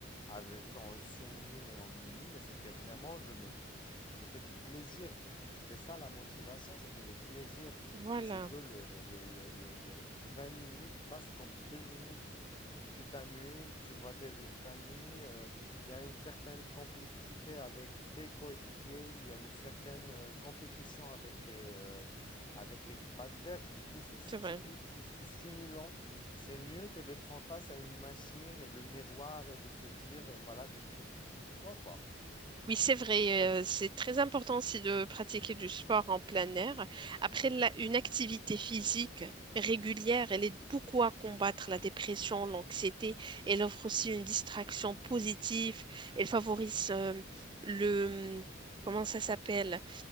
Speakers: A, on the left; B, on the right.
A: avec en sous-minime et en minime, mais c'était vraiment, je me, c'était du plaisir. C'était ça la motivation, c'était le plaisir.
B: Voilà,
A: C'est que le, le, le, le, le 20 minutes passent comme 2 minutes. Tu t'amuses, tu vois tes amis, euh, il y a une certaine complicité avec tes coéquipiers, il y a une certaine euh, compétition avec tes, euh, avec l'équipe adverse. Du coup, c'est stipu-
B: c'est vrai.
A: c'est- c'est stimulant. C'est mieux que d'être en face à une machine et le miroir et de se dire, euh, voilà, j'ai pris du, du poids, quoi.
B: Oui, c'est vrai,
A: Donc, c-
B: euh, c'est très important aussi de pratiquer du sport en plein air. Après, la- une activité physique régulière, elle aide beaucoup à combattre la dépression, l'anxiété. Elle offre aussi une distraction positive. Elle favorise euh, le... mmh, Comment ça s'appelle?